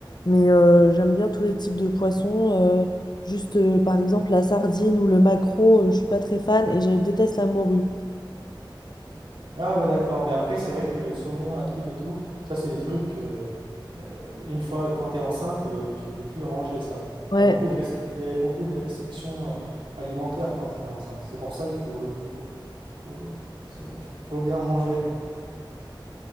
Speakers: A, on the left; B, on the right.
A: Mais euh, j'aime bien tous les types de poissons. euh, juste euh, par exemple la sardine ou le maquereau, euh, je suis pas très fan et je déteste la morue.
B: Ah ouais, d'accord. Mais après, c'est vrai que le saumon, la truite et tout, ça, c'est des trucs. euh, euh, une fois, quand t'es enceinte, euh, tu peux plus en manger ça.
A: Ouais,
B: Il y a beaucoup de, rest- il y a beaucoup de restrictions euh, alimentaires quand t'es enceinte. C'est pour ça il faut, faut, faut, c'est- faut bien en manger.